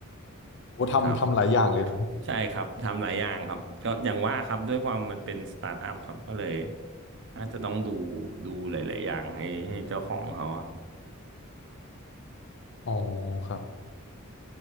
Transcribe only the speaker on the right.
ครับใช่ครับทำหลายอย่างครับก็อย่างว่าครับด้วยความมันเป็นสตาร์ทอัพครับก็เลยอาจจะต้องดูดูหลายๆอย่างให้ให้เจ้าของเขาอะครับ